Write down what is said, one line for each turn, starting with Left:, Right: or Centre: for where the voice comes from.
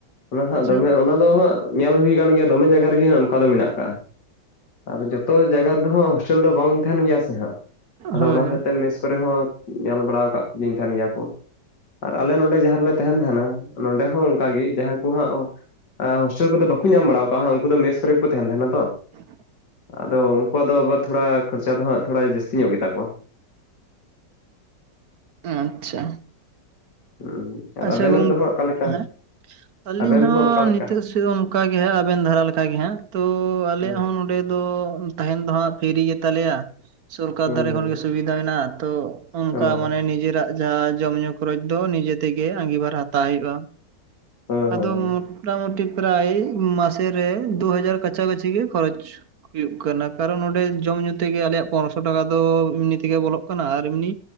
Left: ᱚᱱᱟ ᱦᱟᱸᱜ
Right: ᱟᱪᱪᱷᱟ
Left: ᱫᱚᱢᱮ ᱚᱱᱟ ᱫᱚ ᱦᱟᱸᱜ ᱧᱮᱞ ᱦᱳᱭᱠᱟᱱ ᱜᱮᱭᱟ ᱫᱚᱢᱮ ᱡᱟᱭᱜᱟ ᱨᱮᱜᱮ ᱦᱟᱸᱜ ᱚᱱᱠᱟ ᱫᱚ ᱢᱮᱱᱟᱜ ᱟᱠᱟᱜ-ᱟ᱾ ᱟᱨ ᱡᱚᱛᱚ ᱡᱟᱜᱟ ᱨᱮᱫᱚ ᱦᱟᱸᱜ ᱦᱳᱥᱴᱮᱞ ᱫᱚ ᱵᱟᱝ ᱮᱱ ᱜᱮᱭᱟ ᱥᱮ ᱦᱟᱸᱜ ᱟᱫᱚ
Right: ᱦᱳᱭ
Left: ᱚᱱᱟ
Right: ᱦᱳᱭ
Left: ᱦᱚᱛᱮ ᱢᱮᱥ ᱠᱚᱨᱮ ᱦᱚᱸ ᱧᱮᱞ ᱵᱟᱲᱟ ᱫᱤᱧ ᱛᱟᱦᱮᱱ ᱜᱮᱭᱟ ᱠᱚ ᱟᱨ ᱟᱞᱮ ᱱᱚᱰᱮ ᱡᱟᱦᱟᱸ ᱨᱮᱞᱮ ᱛᱟᱦᱮᱱ ᱛᱟᱦᱮᱱᱟ ᱱᱚᱰᱮ ᱦᱚᱸ ᱚᱱᱠᱟᱜ ᱜᱮ ᱡᱟᱦᱟᱸ ᱩᱱᱠᱩ ᱦᱟᱸᱜ ᱟᱸ ᱦᱳᱥᱴᱮᱞ ᱠᱚᱫᱚ ᱵᱟᱠᱚ ᱧᱟᱢ ᱵᱟᱲᱟ ᱣᱟᱠᱟᱜᱼᱟ ᱩᱱᱠᱩ ᱫᱚ ᱢᱮᱥ ᱠᱚᱨᱮ ᱠᱚ ᱛᱟᱦᱮᱱ ᱛᱟᱦᱮᱱᱟ ᱛᱚ᱾
Right: <unintelligible>
Left: ᱟᱫᱚ ᱩᱱᱠᱩᱣᱟᱜ ᱫᱚ ᱟᱵᱟᱨ ᱛᱷᱚᱲᱟ ᱠᱷᱚᱨᱪᱟ ᱫᱚ ᱦᱟᱸᱜ ᱛᱷᱚᱲᱟ ᱡᱟᱹᱥᱛᱤ ᱧᱚᱜ ᱜᱮ ᱛᱟᱠᱚᱣᱟ᱾
Right: ᱟᱪᱪᱷᱟ,
Left: ᱦᱩᱸ ᱟᱨ
Right: ᱟᱪᱷᱟ
Left: ᱟᱵᱮᱱᱟᱜ
Right: ᱜᱚᱝ
Left: ᱫᱚ ᱦᱟᱸᱜ ᱚᱠᱟ ᱞᱮᱠᱟ
Right: ᱩᱸ ᱟᱹᱞᱤᱧ
Left: ᱟᱵᱮᱱ
Right: ᱦᱚᱸ
Left: ᱚᱠᱟ ᱞᱮᱠᱟ
Right: ᱱᱤᱛᱚᱜ ᱥᱮᱭᱚ ᱚᱱᱠᱟ ᱜᱮ ᱦᱟᱸᱜ ᱟᱵᱮᱱ ᱫᱷᱟᱨᱟ ᱞᱮᱠᱟᱜ ᱜᱮ ᱦᱟᱸᱜ᱾ ᱛᱚ ᱟᱞᱮ
Left: ᱦᱩᱸ
Right: ᱦᱚᱸ ᱱᱚ <unintelligible> ᱫᱚ ᱛᱟᱦᱮᱱ ᱫᱚ ᱦᱟᱸᱜ ᱯᱷᱤᱨᱤ ᱜᱮ ᱛᱟᱞᱮᱭᱟ᱾ ᱥᱚᱨᱠᱟᱨ
Left: ᱦᱩᱸ
Right: ᱫᱷᱟᱨᱮ ᱠᱷᱚᱱ ᱜᱮ ᱥᱩᱵᱤᱫᱟ ᱦᱮᱱᱟᱜᱼᱟ ᱛᱚ ᱚᱱᱠᱟ
Left: ᱦᱮᱸ
Right: ᱢᱟᱱᱮ ᱱᱤᱡᱮᱨᱟᱜ ᱡᱟᱦᱟᱸ ᱡᱚᱢ ᱧᱩ ᱠᱚᱨᱮᱚᱪ ᱫᱚ ᱱᱤᱡᱮ ᱛᱮᱜᱮ ᱟᱸᱜᱤᱵᱟᱨ ᱦᱟᱛᱟᱣ ᱦᱩᱭᱩᱜᱼᱟ,
Left: ᱦᱮᱸ ᱦᱮᱸ
Right: ᱟᱫᱚ
Left: ᱦᱮᱸ
Right: ᱢᱚ ᱢᱳᱴᱟᱢᱳᱴᱤ ᱯᱨᱟᱭ ᱢᱟᱥᱮ ᱨᱮ ᱫᱩᱦᱟᱡᱟᱨ ᱠᱟᱪᱷᱟ - ᱠᱟᱹᱪᱷᱤ ᱜᱮ ᱠᱷᱚᱨᱚᱪ᱾ ᱦᱩᱭᱩᱜ ᱠᱟᱱᱟ᱾ ᱠᱟᱨᱚᱱ ᱚᱸᱰᱮ ᱡᱚᱢ ᱧᱩ ᱛᱮᱜᱮ ᱟᱞᱮᱭᱟᱜ ᱯᱚᱱᱮᱨᱚᱥᱚ ᱴᱟᱠᱟ ᱫᱚ ᱮᱢᱱᱤ ᱛᱮᱜᱮ ᱵᱚᱞᱚᱜ ᱠᱟᱱᱟ ᱟᱨ ᱮᱢᱱᱤ